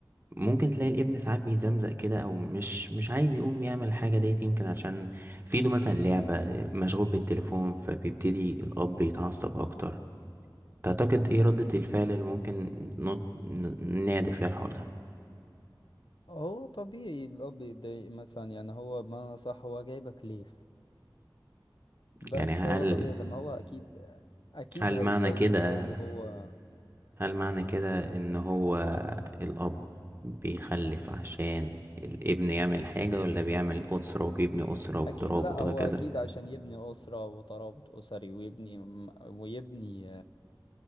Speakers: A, on the right (about 25°); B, on the left (about 70°).
A: ممكن تلاقي الابن ساعات بيزمزق كده او مش مش عايز يقوم يعمل الحاجه ديت يمكن عشان في ايده مثلا لعبه مشغول بالتليفون فبيبتدي الاب يتعصب اكتر تعتقد ايه ردة الفعل اللي ممكن نض- ن- نعدل فيها الحوار ده
B: هو طبيعي الأب يتضايق مثلا يعني هو بمعنى صح هو جايبك ليه بس
A: يعني هل
B: هو طبيعي لما هو أكيد أكيد
A: هل
B: هيتضايق
A: معنى كده
B: لو هو
A: هل معنى كده ان هو الاب بيخلف عشان الابن يعمل حاجة ولا بيعمل أسرة وبيبني أسرة وترابط
B: أكيد لأ
A: وهكذا
B: هو أكيد عشان يبني أسرة وترابط أسري ويبني ويبني